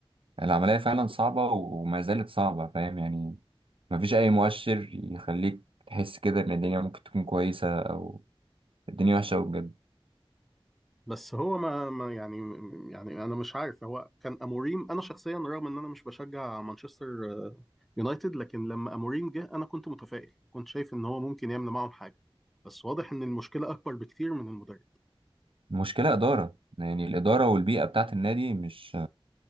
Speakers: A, on the right; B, in the centre.
A: العمليه فعلا صعبه وما زالت صعبه فاهم يعني ما فيش اي مؤشر يخليك تحس كده ان الدنيا ممكن تكون كويسه او الدنيا وحشه أوي بجد
B: بس هو ما, ما يعني يعني انا مش عارف هو كان اموريم انا شخصيا رغم ان انا مش بشجع مانشستر آه، يونايتد لكن لما اموريم جه انا كنت متفائل وكنت شايف ان هو ممكن يعمل معاهم حاجه بس واضح ان المشكله اكبر بكتير من المدرب
A: المشكله اداره يعني الاداره والبيئه بتاعت النادي مش